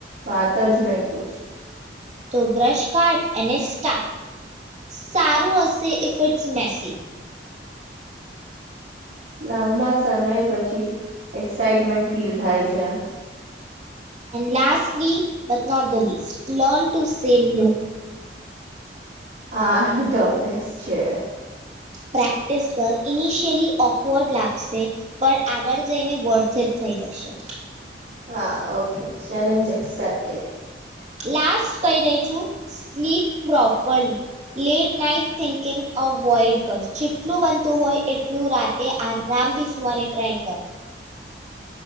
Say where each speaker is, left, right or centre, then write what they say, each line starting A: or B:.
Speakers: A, on the right; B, on the right.
A: વાત જ નહી પૂછ.
B: તો બ્રશ કારડ અને સ્ટ સારું હશે ઇફે મેસી.
A: લાંબા સમય પછી એક્સાઈટમેન્ટ ફીલ થાય છે.
B: Lastly but not the least learn to say no.
A: આ ડફસ છે.
B: પ્રેક્ટિસ કર ઇનિશિયલી ઓકવર્ડ લાગશે પણ આગળ જઈને વર્થે જ થઈ જશે.
A: હા ઓકે ચલેજ એક્સેપ્ટડ.
B: લાસ્ટ કહી રહી છું sleep properly late night thinking avoid કર જેટલું બનતું હોય એટલું રાતે આરામથી સુવાને ટ્રાય કર.